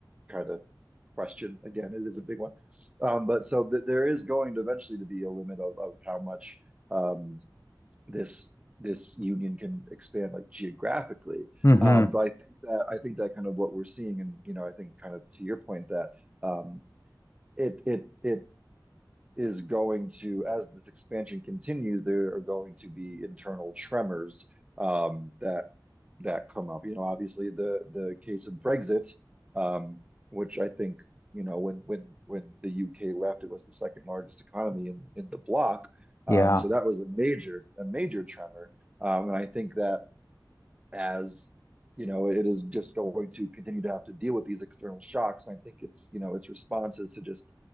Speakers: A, on the right; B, on the left.
A: kind of question again, it is a big one. Um, but so th there is going to eventually to be a limit of, of how much um, this this union can expand like geographically.
B: <laughs> hmm
A: Um, but I think that I think that kind of what we're seeing, and you know, I think kind of to your point that um, it it it is going to, as this expansion continues, there are going to be internal tremors um, that that come up. You know, obviously the the case of Brexit, um, which I think you know when when when the UK left, it was the second largest economy in in the bloc. Um,
B: Yeah.
A: so that was a major a major tremor, um, and I think that as you know, it is just going to continue to have to deal with these external shocks. And I think it's, you know, its response is to just